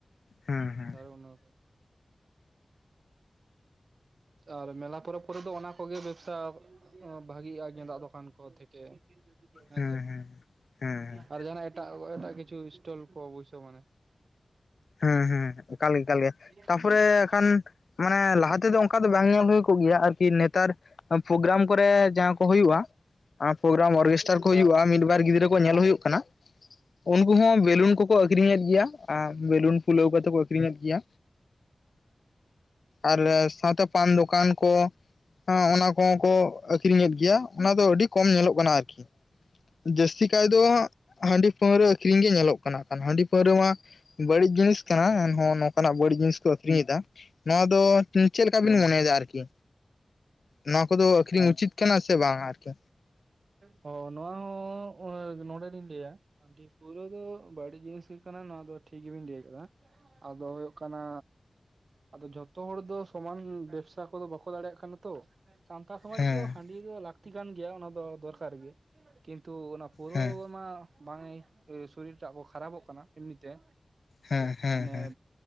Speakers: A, on the left; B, on the right.
A: ᱦᱩᱸ ᱦᱩᱸ
B: ᱛᱟᱨ ᱚᱱᱟ ᱟᱨ ᱢᱮᱞᱟ ᱯᱚᱨᱚᱵᱽ ᱠᱚᱨᱮ ᱫᱚ ᱚᱱᱟ ᱠᱚᱜᱮ ᱵᱮᱵᱽᱥᱟ ᱵᱷᱟᱜᱤᱜᱼᱟ ᱜᱮᱸᱫᱟᱜ ᱫᱚᱠᱟᱱ ᱠᱚ ᱛᱷᱮᱠᱮ ᱦᱮᱸ
A: ᱦᱩᱸ
B: ᱥᱮ
A: ᱦᱩᱸ ᱦᱩᱸ
B: ᱟᱨ ᱡᱟᱦᱟ ᱱᱟᱜ ᱮᱴᱟᱜ ᱮᱴᱟᱜ ᱠᱤᱪᱷᱩ ᱥᱴᱚᱞ ᱠᱚ ᱵᱟᱹᱭᱥᱟᱹᱣ ᱢᱟᱱᱮ
A: ᱦᱩᱸ ᱦᱩᱸ ᱮᱠᱟᱞ ᱜᱮ ᱮᱠᱟᱞ ᱜᱮ
B: <unintelligible>
A: ᱛᱟᱯᱚᱨᱮ ᱠᱷᱟᱱ ᱢᱟᱱᱮ ᱞᱟᱦᱟ ᱛᱮᱫᱚ ᱚᱱᱠᱟ ᱫᱚ ᱵᱟᱝ ᱧᱮᱞ ᱦᱩᱭ ᱠᱚᱜ ᱜᱮᱭᱟ ᱟᱨᱠᱤ ᱱᱮᱛᱟᱨ ᱯᱨᱳᱜᱨᱟᱢ ᱠᱚᱨᱮ ᱡᱟᱦᱟᱸ ᱠᱚ ᱦᱩᱭᱩᱜᱼᱟ ᱯᱨᱳᱜᱨᱟᱢ ᱚᱨᱜᱮᱥᱴᱟᱨ ᱠᱚ ᱦᱩᱭᱩᱜᱼᱟ ᱢᱤᱫ ᱵᱟᱨ ᱜᱤᱫᱽᱨᱟᱹ ᱠᱚ ᱧᱮᱞ ᱦᱩᱭᱩᱜ ᱠᱟᱱᱟ ᱩᱱᱠᱩ ᱦᱚᱸ ᱵᱮᱞᱩᱱ ᱠᱚᱠᱚ ᱟᱠᱷᱨᱤᱧᱮᱫ ᱜᱮᱭᱟ ᱟᱨ ᱯᱷᱩᱞᱟᱹᱣ ᱠᱟᱛᱮ ᱠᱚ ᱟᱠᱷᱨᱤᱧᱮᱫ ᱜᱮᱭᱟ ᱟᱨ ᱥᱟᱶᱛᱮ ᱯᱟᱱ ᱫᱚᱠᱟᱱ ᱠᱚ ᱦᱚᱸ ᱚᱱᱟ ᱠᱚᱦᱚᱸ ᱠᱚ ᱟᱠᱷᱨᱤᱧᱮᱫ ᱜᱮᱭᱟ ᱚᱱᱟ ᱫᱚ ᱟᱹᱰᱤ ᱠᱚᱢ ᱧᱮᱞᱚᱜ ᱠᱟᱱᱟ ᱟᱨᱠᱤ ᱡᱟᱹᱥᱛᱤ ᱠᱟᱭ ᱫᱚ ᱦᱟᱜ ᱦᱟᱺᱰᱤ ᱯᱟᱹᱣᱨᱟᱹ ᱟᱹᱠᱷᱨᱤᱧ ᱜᱮ ᱧᱮᱞᱚᱜ ᱠᱟᱱᱟ ᱦᱟᱺᱰᱤ ᱯᱟᱹᱣᱨᱟᱹ ᱢᱟ ᱵᱟᱹᱲᱤᱡ ᱡᱤᱱᱤᱥ ᱠᱟᱱᱟ ᱮᱱᱦᱚᱸ ᱱᱚᱝᱠᱟᱱᱟᱜ ᱵᱟᱹᱲᱤᱡ ᱡᱤᱱᱤᱥ ᱠᱚ ᱟᱹᱠᱷᱨᱤᱧᱮᱫᱟ ᱱᱚᱣᱟ ᱫᱚ ᱪᱮᱫ ᱞᱮᱠᱟ ᱵᱤᱱ ᱢᱚᱱᱮᱭᱮᱫᱟ ᱟᱨᱠᱤ? ᱱᱚᱣᱟ ᱠᱚᱫᱚ ᱟᱹᱠᱷᱨᱤᱧ ᱩᱪᱤᱛ ᱠᱟᱱᱟ ᱥᱮ ᱵᱟᱝ ᱟᱨᱠᱤ?
B: ᱦᱚ ᱱᱚᱣᱟ ᱦᱚᱸ ᱱᱚᱰᱮᱞᱤᱧ ᱞᱟᱹᱭᱟ ᱦᱟᱺᱰᱤ ᱯᱩᱨᱟᱹ ᱫᱚ ᱵᱟᱹᱲᱤᱡ ᱡᱤᱱᱤᱥ ᱜᱮ ᱠᱟᱱᱟ ᱱᱚᱣᱟ ᱫᱚ ᱴᱷᱤᱠ ᱜᱮᱵᱤᱱ ᱞᱟᱹᱭ ᱟᱠᱟᱫᱟ ᱟᱫᱚ ᱦᱩᱭᱩᱜ ᱠᱟᱱᱟ ᱟᱫᱚ ᱡᱷᱚᱛᱚ ᱦᱚᱲ ᱫᱚ ᱥᱚᱢᱟᱱ ᱵᱮᱵᱥᱟ ᱠᱚᱫᱚ ᱵᱟᱠᱚ ᱫᱟᱲᱮᱭᱟᱜ ᱠᱟᱱᱟ ᱛᱚ ᱥᱟᱱᱛᱟᱲ ᱥᱚᱢᱟᱡᱽ
A: ᱦᱮᱸ
B: ᱨᱮ ᱫᱚ ᱦᱟᱺᱰᱤ ᱫᱚ ᱞᱟᱹᱠᱛᱤ ᱠᱟᱱ ᱜᱮᱭᱟ ᱚᱱᱟ ᱫᱚ ᱫᱚᱨᱠᱟᱨ ᱜᱮ ᱠᱤᱱᱛᱩ ᱚᱱᱟ ᱯᱟᱹᱣᱨᱟᱹ
A: ᱦᱮᱸ
B: ᱨᱮᱢᱟ ᱵᱟᱝ ᱮ ᱥᱚᱨᱤᱨ ᱴᱟᱜ ᱠᱚ ᱠᱷᱟᱨᱟᱯᱚᱜ ᱠᱟᱱᱟ ᱮᱢᱱᱤ ᱛᱮ
A: ᱦᱮᱸ ᱦᱮᱸ
B: ᱢᱟᱱᱮ
A: ᱦᱮᱸ